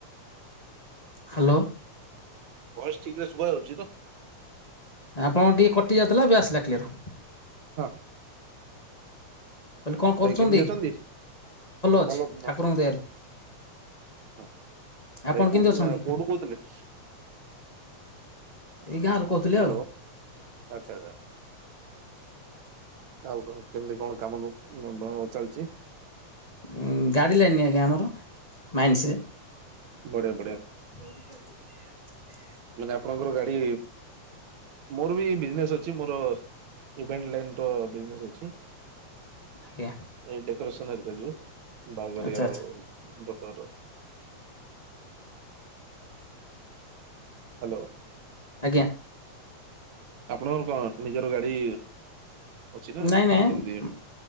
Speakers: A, on the left; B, on the right.
A: ହ୍ୟାଲୋ
B: ବୟସ ଠିକ ରେ ଶୁଭା ହାଉଛି ତ
A: ଆପଣ ଟିକେ କଟି ଯାଉଥିଲା ଏବେ ଆସିଲା କ୍ଲିଅର
B: ହଁ ହଁ
A: କହିଲେ କଣ କରୁଛନ୍ତି?
B: ଭାଇ କେମିତି ଅଛନ୍ତି
A: ଅଛି
B: ଭଲ
A: ଠାକୁରଙ୍କ ଦୟାରୁ।
B: ହଁ
A: ଆପଣ
B: ଭାଇ
A: କେମିତି
B: କୋଉଠି
A: ଅଛନ୍ତି?
B: କୋଉଠୁ କହୁଥିଲେ
A: ଏଇ ଗାଁରୁ କହୁଥିଲି
B: ହ୍ୟାଲୋ
A: ଆଉ
B: ଆଚ୍ଛା ଆଚ୍ଛା ଆଉ କେମିତି କଣ କାମ ଚାଲିଛି
A: ଉ ଗାଡି ଲାଇନ ଆଜ୍ଞା ଆମର ମାଇନ୍ସିରେ
B: ବଢିଆ ବଢିଆ
A: <inaudible>
B: ମାନେ ଆପଣଙ୍କର ଗାଡି ମୋର ବି ବିଜନେସ ଅଛି ମୋର ଇଭେଣ୍ଟ ଲାଇନ ର ବିଜନେସ୍ ଅଛି
A: ଆଜ୍ଞା
B: ଏଇ ଡେକୋରେସନରିକ ଯୋଉ ବାହାଘରେ
A: ଆଚ୍ଛା
B: ଆଉ
A: ଆଚ୍ଛା
B: ବ୍ରତର ହ୍ୟାଲୋ
A: ଆଜ୍ଞା
B: ଆପଣଙ୍କର କଣ ନିଜର ଗାଡି ଅଛି ନା
A: ନାଇଁ
B: କଣ
A: ନାଇଁ
B: କେମିତି?